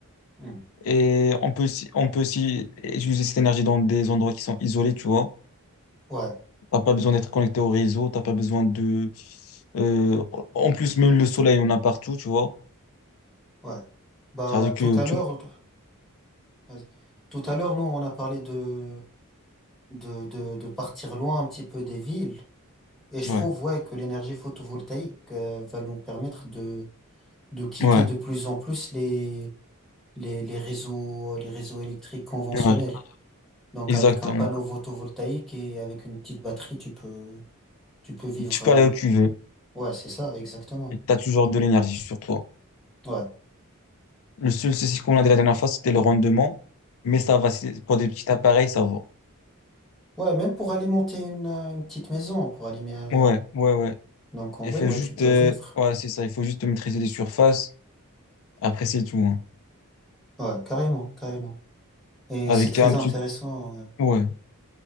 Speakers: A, in the centre; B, on the left.
A: mhm,
B: Et on peut aussi, on peut aussi utiliser cette énergie dans des endroits qui sont isolés, tu vois.
A: Ouais.
B: T'as pas besoin d'être connecté au réseau, t'as pas besoin de... euh, en plus, même le soleil, on a partout, tu vois.
A: Ouais. Bah
B: C'est-à-dire que
A: tout à
B: tu...
A: l'heure, vas-y. tout à l'heure, nous, on a parlé de de, de, de partir loin un petit peu des villes. Et je
B: Ouais,
A: trouve, ouais, que l'énergie photovoltaïque euh, va nous permettre de, de quitter
B: ouais,
A: de plus en plus les, les, les réseaux, les réseaux électriques conventionnels.
B: ouais,
A: Donc
B: exactement.
A: avec un panneau photovoltaïque et avec une petite batterie, tu peux, tu peux vivre.
B: Tu peux
A: euh,
B: aller où tu veux,
A: Ouais, c'est ça, exactement.
B: et t'as toujours de l'énergie sur toi.
A: Ouais.
B: Le seul souci qu'on a de la dernière fois, c'était le rendement, mais ça va, c'est- pour des petits appareils, ça va.
A: Ouais, même pour alimenter une, euh, une petite maison, pour alimenter. euh,
B: Ouais, ouais, ouais.
A: Donc en
B: Il
A: vrai,
B: faut
A: ouais,
B: juste...
A: tu peux
B: euh,
A: vivre.
B: ouais, c'est ça, il faut juste maîtriser les surfaces. Après, c'est tout, hein.
A: Ouais, carrément, carrément. Et
B: Avec
A: c'est très
B: un petit...
A: intéressant. ouais.
B: Ouais.